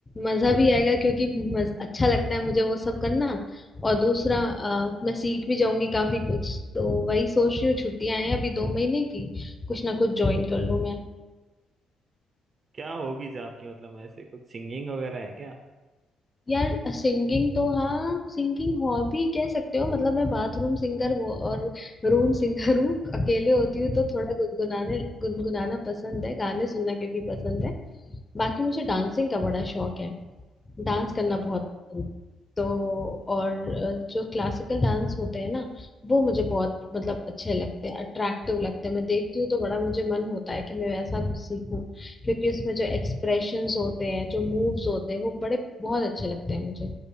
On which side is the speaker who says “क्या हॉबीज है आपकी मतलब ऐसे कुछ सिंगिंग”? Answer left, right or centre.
Right